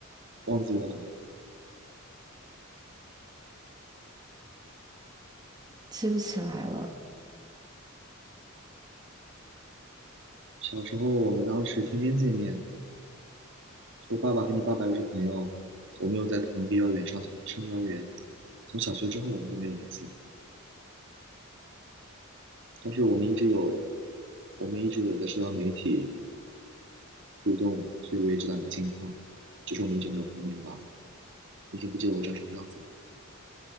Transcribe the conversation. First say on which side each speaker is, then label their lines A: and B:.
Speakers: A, on the right; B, on the right.
A: 忘记我了吗？
B: 记不起来了，
A: 小时候我们当时天天见面，我爸爸和你爸爸又是朋友，我们又在同一个幼儿园上小上幼儿园。从小学之后我们就没有联系了，但是我们一直有，我们一直有在社交媒体互动，所以我也知道你的近况，只是我们一直没有碰面罢了。你已经不记得我长什么样子了。